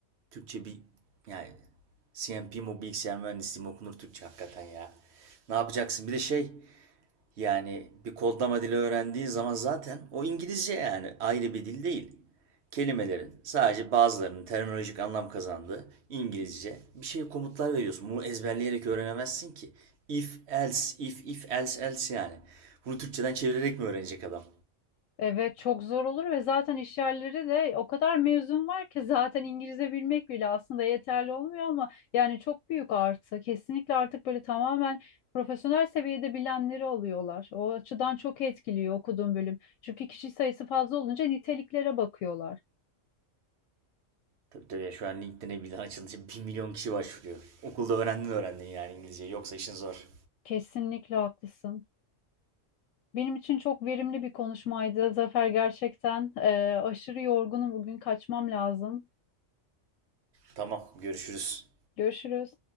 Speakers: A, on the right; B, on the left.
A: Türkçe bir yani CMP mi bilgisayar mühendisliği mi okunur Türkçe hakikaten ya. Ne yapacaksın? Bir de şey yani bir kodlama dili öğrendiğin zaman zaten o İngilizce yani ayrı bir dil değil. Kelimelerin sadece bazılarının terminolojik anlam kazandığı İngilizce bir şey komutlar veriyorsun. Bunu ezberleyerek öğrenemezsin ki. If else, if if else else yani. Bunu Türkçeden çevirerek mi öğrenecek adam?
B: Evet çok zor olur ve zaten iş yerleri de o kadar mezun var ki zaten İngilizce bilmek bile aslında yeterli olmuyor ama yani çok büyük artı. Kesinlikle artık böyle tamamen profesyonel seviyede bilenleri alıyorlar. O açıdan çok etkiliyor okuduğum bölüm. Çünkü kişi sayısı fazla olunca niteliklere bakıyorlar.
A: Tabii tabii ya şu an LinkedIn'e bir daha açılınca 1 milyon kişi başvuruyor. Okulda öğrendin öğrendin yani İngilizceyi yoksa işin zor.
B: Kesinlikle haklısın. Benim için çok verimli bir konuşmaydı. Zafer gerçekten eee, aşırı yorgunum bugün kaçmam lazım.
A: Tamam görüşürüz.
B: Görüşürüz.